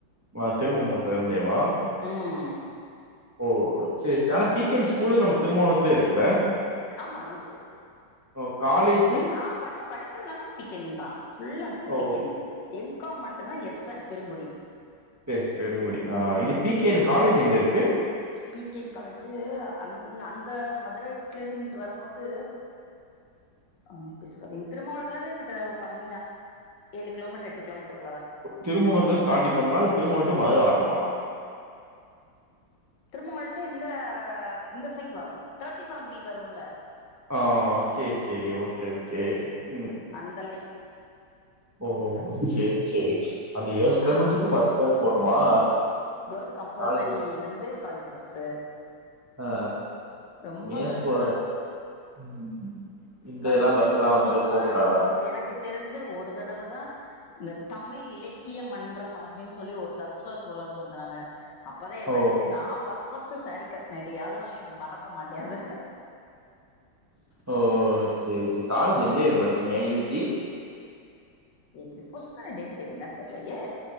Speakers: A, on the right (about 20°); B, on the left (about 70°).
A: ஆ திருமங்கலத்து இருந்து தேவ
B: ம்
A: ஓ செரி சரி ஆனா பீக்கெண்ட் ஸ்கூல் நம்ம திருமாவலத்துலயே இருக்குல்ல
B: ஆமா இருக்கு
A: ஓ காலேஜு
B: நான் பண்ண படி ச்ச தெல்லமே பிக்கன் தான் ஃபுல் அண்ட் ஃபுல்
A: ஓ
B: பிக்ன் எம் காம் மட்டும்தான் எஸ்என் பெருங்குடி
A: பே பெருங்குடி ஆஹ் இது பிகேன்னு காலேஜ் எங்க இருக்கு
B: பிகின் காலேஜி அங்க அந்த மதுரலந்து இங்குட்டு வரும்போது ஹ எப்டி சொல்றது திருமங்கலத்துல இருந்து இங்குட்டு கம்மிதான் ஏழு கிலோமீட்டர் எட்டு கிலோமீட்டர்
A: திருமவோத்துல இருந்து தாண்டி போடுமா இல்ல திருமணம்ட்டு மதுர வரணுமா
B: திருமோல்ட்டு இந்த ஹா இந்த சைட் வரணும் தேர்ட்டி செவன் பி வரும்ல
A: ஆஹ் செரி செரி ஓகே ஓகே ம்
B: அந்த லைன்
A: ஓ சேரி சேரி அந்த ஏழு கிலோமீட்டருக்கு
B: ஆ
A: பஸ் தான் போனும் வா
B: கேர்ள்ஸ் கம்பல்சரி
A: காலேஜ்
B: வந்து காலேஜ் பஸ்
A: ஆ
B: ரொம்ப
A: ஏ
B: கல்ச்சரல்
A: ஸ்கூ ம் இந்த
B: கல்ச்சரல்
A: இதெல்லா பஸ் எல்லா
B: ப்ரோக்ராம்
A: வந்து போ கூடாதா
B: ரொம்ப எனக்கு தெரிஞ்ச ஒரு தடவை வா இந்த தமிழ் இலக்கிய மன்றம் அப்படின்னு சொல்லி ஒரு கறச்சலர் ப்ரோக்ராம் நடந்தது வாங்க அப்பதான் என்
A: ஓ
B: லைப்ல நா ப்ஸ்ட் ப்ஸ் சாரீ கட்ன டே அதனால மறக்க மாட்டேன் அத
A: ஓ சேரி சேரி காலேஜ் எந்த இயர் படிச்சீங்க யூஜி
B: எப்படி புச்கா டேட் கேட்டீங்கன்னா தெரலையே